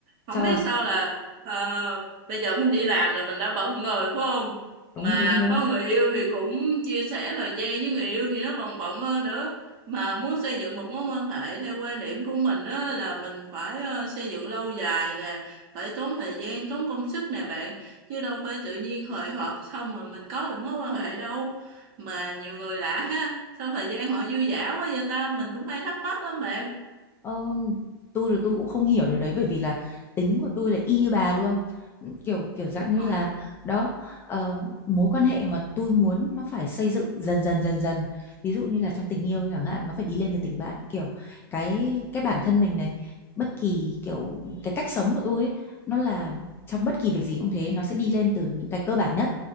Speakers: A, on the right (about 40°); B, on the left (about 20°).
A: không
B: Trời
A: biết sao là ờ, bây giờ mình đi làm là mình đã bận rồi phải không
B: đúng
A: mà
B: đúng đúng
A: có người yêu thì cũng chia sẻ thời gian với người yêu thì nó còn bận hơn nữa mà muốn xây dựng một mối quan hệ theo quan điểm của mình đó là mình phải ờ, xây dựng lâu dài nè phải tốn thời gian tốn công sức nè bạn chứ đâu phải tự nhiên hời hợt xong rồi mình có được mối quan hệ đâu mà nhiều người lạ ha sau thời gian họ dư dả quá vậy ta mình cũng hay thắc mắc lắm bạn
B: Ờ, tôi là tôi cũng không hiểu điều đấy bởi vì là tính của tôi là y như bà luôn kiểu kiểu dạng như
A: ờ
B: là đó ờ, mối quan hệ mà tôi muốn nó phải xây dựng dần dần dần dần ví dụ như là trong tình yêu chẳng hạn nó phải đi lên từ tình bạn kiểu cái cái bản thân mình này bất kỳ kiểu cái cách sống của tôi ấy, nó là trong bất kỳ việc gì cũng thế nó sẽ đi lên từ những cái cơ bản nhất